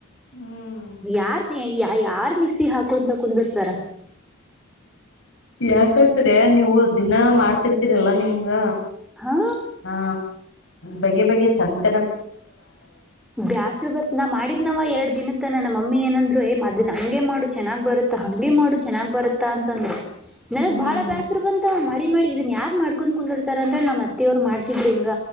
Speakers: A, on the left; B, in the centre.
A: ಹ್ಮ್
B: ನೀ ಯಾರ ಸಿರ- ಆ ಯಾರ್ ಮಿಕ್ಸಿಗೆ ಹಾಕು ಅಂತ ಕುಂದರ್ತಾರ.
A: ಯಾಕಂದ್ರೆ ನೀವು ದಿನ ಮಾಡ್ತಿರ್ತೀರಲ್ಲ ನಿಮ್- ಅಂಗ.
B: ಹಾ
A: ಹಾ ಬೆಗಿ ಬೆಗಿ ಚಂದ-
B: ಬ್ಯಾಸರು ಬರ್ತ್ ನಾ ಮಾಡಿದ್ನವ ಎರಡ್ ದಿನ. ಮತ್ತ ನನ್ನ ಮಮ್ಮಿ ಏನಂದ್ರು ಏ ಅದ್ನ್ನ ಹಂಗೆ ಮಾಡ ಚೆನ್ನಾಗಿ ಬರುತ್ತಾ ಹಂಗೆ ಮಾಡು ಚೆನ್ನಾಗ್ ಬರುತ್ತಾ ಅಂತಂದ್ರು. ನನಗ್
A: ಹ್ಮ್
B: ಬಾಳ ಬ್ಯಾಸರು ಬಂತಾವ ಮಾಡ- ಮಾಡಿ ಇದನ್ ಯಾರ್ ಮಾಡ್ಕೊಂಡ್ ಕುಂದುರ್ತಾರ ಅಂತ ಹೇಳಿ ನಮ್ಮತ್ತೆ ಅವರು ಮಾಡ್ಸಿದ್ರು ಹಿಂಗ.